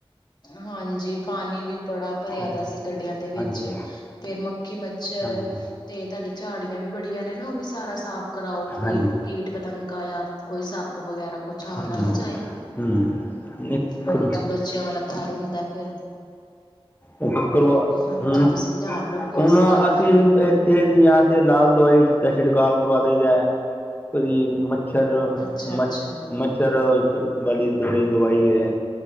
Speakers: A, on the left; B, on the left.
A: ਹਾਂਜੀ। ਪਾਣੀ ਵੀ, ਬੜਾ ਭਰਿਆ
B: ਹਾਂ,
A: ਦਾ ਸੀ। ਗੱਡੀਆਂ ਦੇ ਵਿੱਚ।
B: ਹਾਂਜੀ
A: ਫੇਰ, ਮੱਖੀ-ਮੱਛਰ।
B: ਹਾਂਜੀ
A: ਤੇ, ਤੁਹਾਡੀੇ ਝਾੜੀਆਂ ਵੀ, ਬੜੀਆਂ ਨੇ ਨਾ, ਓ ਵੀ ਸਾਰਾ ਸਾਫ਼ ਕਰਾਓ।
B: ਹਾਂਜੀ
A: ਕੋਈ ਕੀਟ, ਪਤੰਗਾ ਜਾਂ ਕੋਈ, ਸੱਪ ਵਗੈਰਾ। ਕੁੱਛ ਆ
B: ਹੂੰ
A: ਨਾ, ਨਾ ਜਾਏ।
B: ਹੂੰ ਨਹੀਂ, ਕਰੋ।
A: ਹਾਂਜੀ ਬ ਬੱਚਿਆਂ ਵਾਲਾ, ਘਰ ਹੁੰਦਾ ਏ। ਫੇਰ
B: ਓ <unintelligible>
A: ਹਾਂਜੀ
B: ਹੁਣ,
A: ਤੁਸੀਂ ਧਿਆਨ ਰੱਖੋ
B: ਹੁਣ
A: ਇਸ ਗੱਲ
B: ਅਸੀਂ
A: ਦਾ
B: ਇੱਥੇ ਦੀਆਂ। ਫੇਰ, ਲਾਲ ਦਵਾਈ ਦਾ ਛਿੜਕਾਵ ਕਰਵਾ ਦਈ ਦਾ ਏ। ਕਦੀ । ਛਰ
A: ਅੱਛਾ ਅੱਛਾ
B: ਮੱਛ ਮੱਛਰ ਏਥੇ ਬੜੀ ਦੋੜੀ ਦਵਾਈ ਏ,